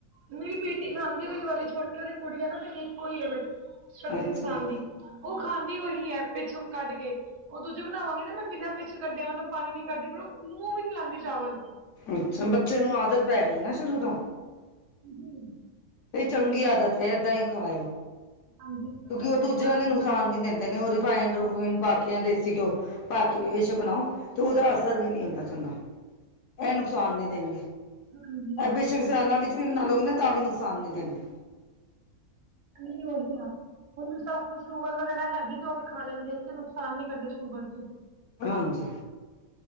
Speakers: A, on the right; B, on the left.
A: ਮੇਰੀ ਬੇਟੀ ਖਾਂਦੀ ਹੋਈ ਛੋਟੀ ਵਾਲੀ ਕੁੜੀ ਆ ਨਾ ਮੇਰੀ ਇੱਕ ਹੋਈ ਹੈ ਸਰਦੀ
B: ਅੱਛਾ
A: ਨ ਖਾਨਦੀ ਉਹ ਖਾਂਦੀ ਉਹੀ ਹੈ ਪਿੱਛੋਂ ਕੱਢ ਕੇ ਉਹ ਦੂਜੇ ਬਣਾਵਾਂਗੀ ਨਾ ਮੈਂ ਬਿਨਾਂ ਪਿੱਛੇ ਕੱਢਿਆ ਮਤਲਬ ਪਾਣੀ ਨ ਕੱਢਦੀ ਪਰ ਉਹ ਮੂੰਹ ਵੀ ਨੀ ਲਾਉਦੀ ਚਾਵਲ
B: ਅੱਛਾ, ਬੱਚੇ ਨੂੰ ਆਦਤ ਪੈ ਗਈ ਨਾ ਸ਼ੁਰੂ ਤੋਂ
A: ਜੀ
B: ਇਹ ਚੰਗੀ ਆਦਤ ਇਦਾ ਹੀ ਖਾਓ।
A: ਹਾਂਜੀ
B: ਕਿਉਂਕਿ ਉਹ ਦੂਜੇ ਵਾਲੇ
A: ਆਏਗੀ
B: ਨੁਕਸਾਨ ਵੀ ਦਿੰਦੇ- ਕਹਿੰਦੇ ਉਹ ਰਿਫਾਈਡ ਪਾ ਕੇ ਜਾਂ ਦੇਸੀ ਘਿਓ ਪਾ ਕੇ ਵੀਚ ਬਣਾਓ ਤੇ ਉਹਦਾ ਅਸਰ ਵੀ ਨਹੀਂ ਹੁੰਦਾ ਚੰਗਾ। ਇਹ ਨੁਕਸਾਨ ਨਹੀਂ ਦੇਣਗੇ
A: ਹਾਂਜੀ
B: ਇਹ ਸਿਆਲਾਂ ਵਿੱਚ ਵੀ ਬਣਾ ਲਓਗੇ ਨਾ ਤਾਂ ਵੀ ਨੁਕਸਾਨ ਨੀ ਦੇਣਗੇ
A: ਨਹੀਂ ਉਹੀ ਆ ਮੇਰੀ ਸੱਸ ਨੂੰ ਸ਼ੂਗਰ ਵਗੈਰਾ ਹੈਗੀ ਤੇ ਉਹ ਵੀ ਖਾ ਲੈਂਦੇ ਨੁਕਸਾਨ ਨੀ ਕਰਦੇ ਸ਼ੂਗਰ ਚ
B: ਹਾਂਜੀ।